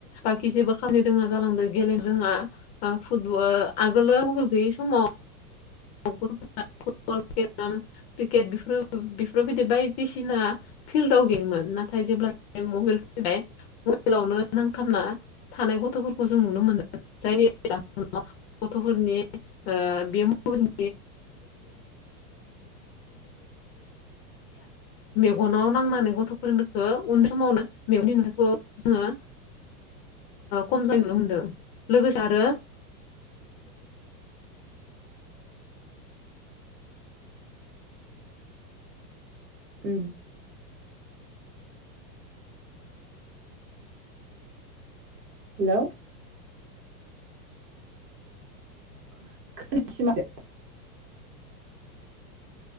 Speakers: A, on the left; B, on the right.
A: ब खि जेबो खामानि रोङा जालांदों गेलेनो रोङा फुटबल आगोलो मबल गैयै समाव फुटब क्रिकेटफोर बेफोरबायदि बायदिसिना फिल्डआव गेयोमोन नाथाय जेब्ला मबाइल फैबाय मबाइलावनो नांथामना थानाय गथ'फोरखौ जों नुनो मोन जायो गथ'फोरनि बे <unintelligible> मेगनाव नांनानै गथ'फोरनिख उन समावनो मेगननिखौ जोङो खम जायनो होनदों लोगोसे आरो
B: उम हेल' <unintelligible>